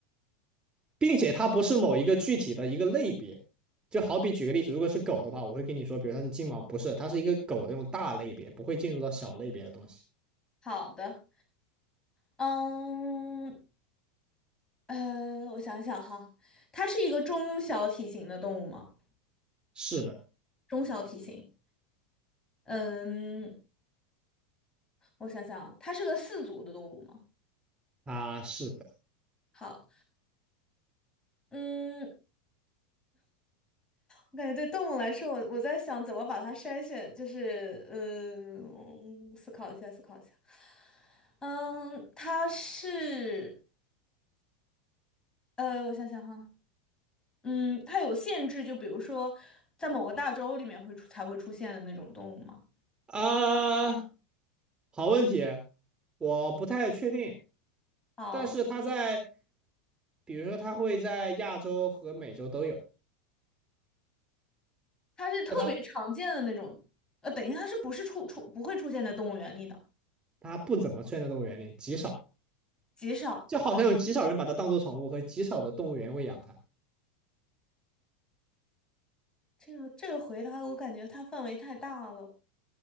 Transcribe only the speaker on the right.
并且它不是某一个具体的一个类别。就好比举个例子，如果是狗的话，我会跟你说，比如它是金毛，不是，它是一个狗的那种大类别，不会进入到小类别的东西。
是的，
啊，是的，
啊，好问题，我不太确定，
但是它在，比如说它会在亚洲和美洲都有，
那它
它不怎么出现在动物园里，极少，
就好像有极少人把它当做宠物，和极少的动物园会养它。